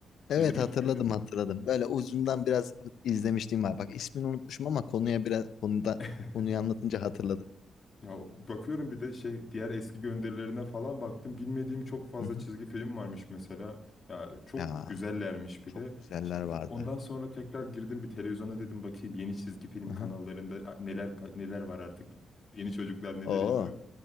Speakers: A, on the left; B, on the left.
A: Evet
B: İzlemiş
A: hatırladım
B: miydin?
A: hatırladım. Böyle uzundan biraz izlemişliğim var. Bak ismini unutmuşum ama konuya biraz konuda
B: <laughs>
A: konuyu anlatınca hatırladım.
B: Ya bakıyorum bir de şey diğer eski gönderilerine falan baktım. Bilmediğim çok fazla
A: Hı hı.
B: çizgi film varmış mesela. Ya çok
A: Ya
B: güzellermiş bir
A: çok
B: de.
A: güzeller
B: Ş-
A: vardı.
B: Ondan sonra tekrar girdim bir televizyona dedim bakayım yeni çizgi film
A: Hı
B: kanallarında
A: hı.
B: a- neler pa- neler var artık. Yeni çocuklar neler
A: Oo.
B: izliyor?